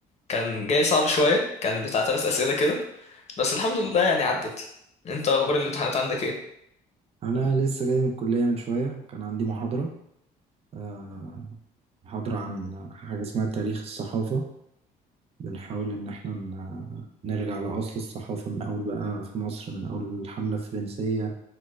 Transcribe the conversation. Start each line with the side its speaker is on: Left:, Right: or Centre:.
Left: كان جاي صعب شويه كان بتاع ثلاث اسئله كده بس الحمد لله يعني عدت انت اخبار الامتحانات عندك ايه
Right: انا لسه جاي من الكلية من شوية كان عندي محاضرة آه، محاضرة عن حاجة اسمها تاريخ الصحافة بنحاول ان احنا ن- نرجع لأصل الصحافة من اول بقى في مصر من اول الحملة الفرنسية